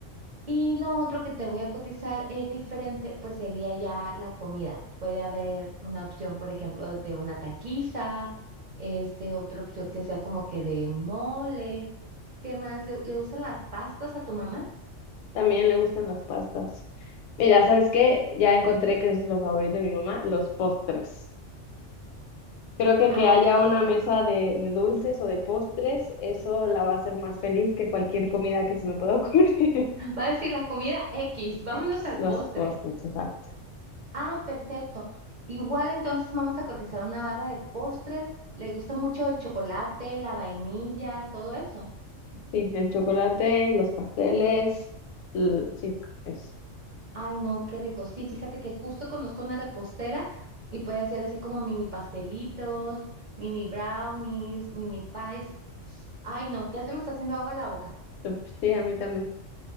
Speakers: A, on the right (about 45°); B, on the left (about 80°).
A: Y lo otro que te voy a cotizar es diferente, pues sería ya la comida. Puede haber una opción, por ejemplo, de una taquiza, este, otra opción que sea como que de mole. ¿Qué más? ¿Le, le gustan las pastas a tu mamá?
B: También le gustan las pastas. Mira, ¿sabes qué? Ya encontré que es lo favorito de mi mamá, los postres. Creo que
A: Ay,
B: que haya
A: qué
B: una
A: rico.
B: mesa de, de dulces o de postres, eso la va a hacer más feliz que cualquier comida que se me pueda ocurrir.
A: Va a decir la comida X,
B: <laughs>
A: vámonos
B: X,
A: al
B: los
A: postre.
B: postres, exacto.
A: Ah, perfecto. Igual entonces vamos a cotizar una barra de postres. ¿Le gusta mucho el chocolate, la vainilla, todo eso?
B: Sí, el chocolate, los pasteles, l- sí, eso.
A: Ay, no, qué rico. Sí, fíjate que justo conozco una repostera y puede hacer así como mini pastelitos, mini brownies, mini pies. Ay, no, ya se me está haciendo agua la boca.
B: Súper, Sí, a mí también.